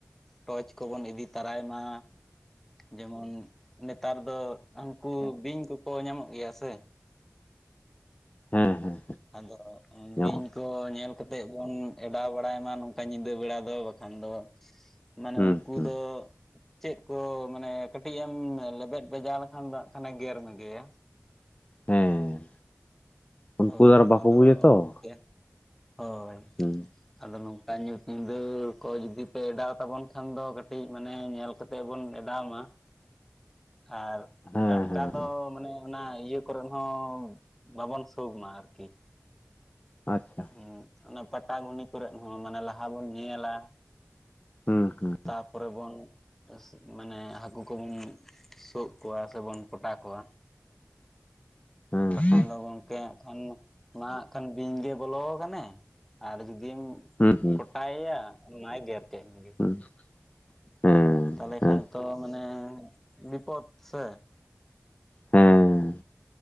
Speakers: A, in the centre; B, on the left.
A: ᱴᱚᱨᱪ ᱠᱚᱵᱚᱱ ᱤᱫᱤ ᱛᱟᱨᱟᱭ ᱢᱟ᱾ ᱡᱮᱢᱚᱱ ᱱᱮᱛᱟᱨ ᱫᱚ ᱦᱟᱹᱝᱠᱩ ᱵᱤᱧ ᱠᱚᱠᱚ ᱧᱟᱢᱚᱜ ᱜᱮᱭᱟ ᱥᱮ᱾
B: ᱦᱮᱸ ᱦᱮᱸ
A: ᱟᱫᱚ
B: ᱧᱟᱢᱚᱜᱼᱟ
A: ᱵᱤᱧ ᱠᱚ ᱧᱮᱞ ᱠᱟᱛᱮᱜ ᱵᱚᱱ ᱮᱰᱟᱣ ᱵᱟᱲᱟᱭ ᱢᱟ ᱱᱚᱝᱠᱟ ᱧᱤᱫᱟᱹ ᱵᱮᱲᱟ ᱫᱚ ᱵᱟᱠᱷᱟᱱ ᱫᱚ ᱢᱟᱱᱮ
B: ᱦᱩᱸ
A: ᱩᱝᱠᱩ
B: ᱦᱩᱸ
A: ᱫᱚ ᱪᱮᱫ ᱠᱚ ᱢᱟᱱᱮ ᱠᱟᱹᱴᱤᱡ ᱮᱢ ᱞᱮᱵᱮᱫ ᱵᱟᱡᱟᱣ ᱞᱮᱠᱷᱟᱱ ᱫᱚ ᱱᱟᱜ ᱠᱷᱟᱱᱮ ᱜᱮᱨ ᱢᱮ ᱜᱮᱭᱟ᱾
B: ᱦᱮᱸ ᱩᱱᱠᱩ
A: ᱦᱳᱭ
B: ᱫᱚ ᱟᱨ ᱵᱟᱠᱚ
A: ᱟᱫᱚ
B: ᱵᱩᱡᱟ ᱛᱚ
A: ᱜᱚᱝᱠᱮ ᱦᱳᱭ
B: ᱦᱩᱸ
A: ᱟᱫᱚ ᱱᱚ ᱠᱟ ᱧᱩᱛ ᱧᱤᱫᱟᱹ ᱠᱚ ᱡᱩᱫᱤ ᱯᱮ ᱮᱰᱟᱣ ᱛᱟᱵᱚᱱ ᱠᱷᱟᱱ ᱫᱚ ᱠᱟᱹᱴᱤᱡ ᱢᱟᱱᱮ ᱧᱮᱞ ᱠᱟᱛᱮᱜ ᱵᱚᱱ ᱮᱰᱟᱣ ᱢᱟ᱾ ᱟᱨ
B: ᱦᱮᱸ
A: ᱴᱟᱴᱠᱟ
B: ᱦᱮᱸ
A: ᱫᱚ ᱢᱟᱱᱮ ᱚᱱᱟ ᱤᱭᱟᱹ ᱠᱚᱨᱮ ᱦᱚᱸ ᱵᱟᱵᱚᱱ ᱥᱳᱜ ᱢᱟ ᱟᱨᱠᱤ᱾
B: ᱟᱪᱷᱟ
A: ᱦᱩᱸ ᱚᱱᱟ ᱯᱟᱴᱟ ᱜᱷᱩᱱᱤ ᱠᱚᱨᱮᱜ ᱦᱚᱸ ᱢᱟᱱᱮ ᱞᱟᱦᱟ ᱵᱚᱱ ᱧᱮᱞᱟ᱾
B: ᱦᱩᱸ ᱦᱩᱸ
A: ᱛᱟᱯᱚᱨᱮ ᱵᱚᱱ ᱢᱟᱱᱮ ᱦᱟᱹᱠᱩ ᱠᱚᱵᱚᱱ ᱥᱳᱜ ᱠᱚᱣᱟ ᱥᱮᱵᱚᱱ ᱠᱚᱴᱟ ᱠᱚᱣᱟ᱾
B: ᱦᱮᱸ
A: ᱵᱟᱠᱷᱟᱱ
B: ᱦᱮᱸ
A: ᱫᱚᱵᱚᱱ ᱠᱮ ᱠᱷᱟᱱ ᱢᱟ ᱦᱟᱸᱜ ᱠᱷᱟᱱ ᱵᱤᱧ ᱜᱮ ᱵᱚᱞᱚᱣ ᱠᱟᱱᱮ ᱟᱨ ᱡᱩᱫᱤᱢ
B: ᱦᱩᱸ ᱦᱩᱸ
A: ᱠᱚᱴᱟᱭᱮᱭᱟ ᱢᱟᱭ ᱜᱮᱨ ᱠᱮᱜ ᱢᱮᱜᱮ᱾
B: <inaudible> ᱦᱮᱸ
A: ᱛᱟᱞᱮ
B: ᱦᱮᱸ
A: ᱠᱷᱟᱱ ᱛᱚ ᱢᱟᱱᱮ ᱵᱤᱯᱚᱫ ᱥᱮ᱾
B: ᱦᱮᱸ